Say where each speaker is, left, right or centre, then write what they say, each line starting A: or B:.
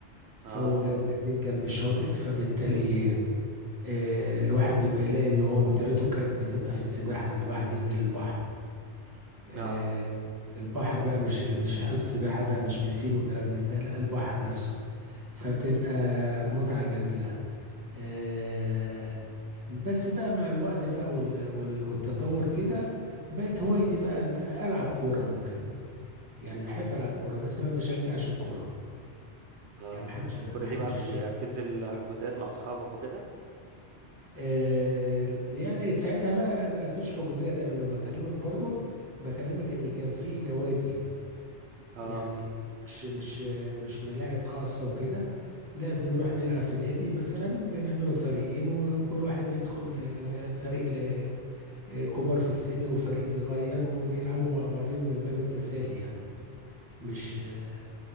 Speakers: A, on the right; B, on the right.
A: اه
B: فهو جاي ساكنين جنب الشاطئ فبالتالي آه، الواحد بيبقى يلاقي ان هو متعته كانت بتبقى في السباحه ان الواحد ينزل البحر آه،
A: اه
B: البحر بقى مش مش حوض سباحة بقى مش بسين وكلام من ده لا البحر نفسه فبتبقى
A: امم
B: متعة جميلة آه، بس بقى مع الوقت بقى وال- وال- والتطور كده بقت هوايتي بقى م- ألعب كورة ممكن يعني
A: امم
B: أحب ألعب كورة بس ما بشجعش الكورة
A: اه
B: يعني ما أحبش ما
A: الكوره دي
B: أحبش
A: بقى بي-
B: أشجع
A: بتنزل حجوزات مع اصحابك وكده
B: آه، يعني ساعتها بقى ما فيش حجوزات أنا لما بكلمك برضو بكلمك إن كان في نوادي
A: اه
B: يعني مش مش مش ملاعب خاصة وكده لا بنروح نلعب في نادي مثلا بنعمله فريقين وكل واحد بيدخل آه، فريق ل- آه، كبار في السن وفريق صغير وبيلعبوا مع بعضهم من باب التسالي يعني مش
A: امم
B: آه،